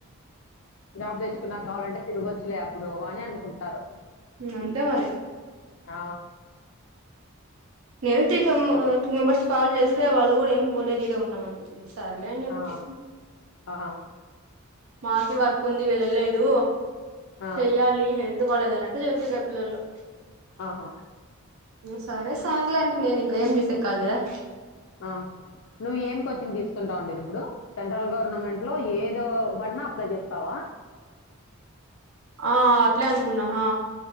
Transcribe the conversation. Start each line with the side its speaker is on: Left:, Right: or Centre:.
Left: జాబ్ తెచ్చుకున్నా కావాలంటే తిరగొచ్చులే అప్పుడు అని అనుకుంటారు
Right: అంతే మరి
Left: ఆ
Right: నేను తీ
Left: చెప్పండి.
Right: ఫ టూ మెంబర్స్ కాల్ చేస్తే వాళ్ళు కూడా ఏం పోలేదు ఇడే ఉన్నామని విరు సర్లే చెప్పి
Left: ఆ! ఆ!
Right: మాకి వర్క్ ఉంది వెళ్ళలేదు
Left: ఆ!
Right: చెయ్యాలి హెల్త్ బాలేదు అన్నాడు కరెక్ట్ చెప్పిన పిల్లోళ్ళు
Left: ఆహా
Right: సరే సార్లే అంటే నేను ఇంకా ఏం చేసేకు కాదు కదా
Left: ఆ నువ్వు ఏం కోచింగ్ తీసుకుంటా ఉండేది ఇప్పుడు సెంట్రల్ గవర్నమెంట్ లో ఏదో బడిన్నా అప్లై చేస్తావా
Right: ఆ అట్లే అనుకున్నా హ